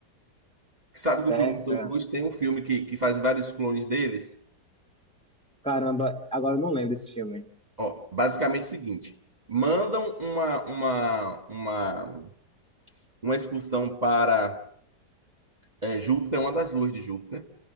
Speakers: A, on the right (about 25°); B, in the centre.
A: Sabe que
B: Teca.
A: o filme do Tom Cruise tem um filme que, que faz vários clones deles?
B: Caramba, agora eu não lembro desse filme.
A: Ó, basicamente o seguinte: mandam uma, uma, uma, uma excursão para é, Júpiter, uma das luas de Júpiter.